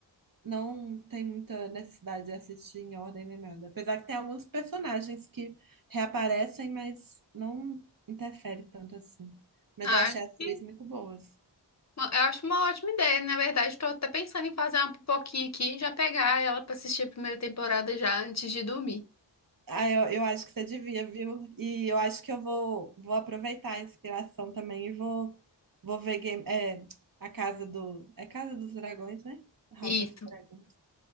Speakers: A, on the right (about 50°); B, on the left (about 40°).
A: não tem muita necessidade de assistir em ordem nem nada. Apesar que tem alguns personagens que reaparecem, mas não interfere tanto assim. Mas
B: Ah,
A: eu achei
B: acho
A: as
B: que-
A: três muito boas.
B: eu acho uma ótima ideia. Na verdade, tô até pensando em fazer uma pipoquinha aqui e já pegar ela pra assistir a primeira temporada já antes de dormir.
A: Ah, eu, eu acho que você devia, viu? E eu acho que eu vou, vou aproveitar a inspiração também e vou, vou ver game, é, a Casa do. É Casa dos Dragões, né? House
B: Isso.
A: of Dragons.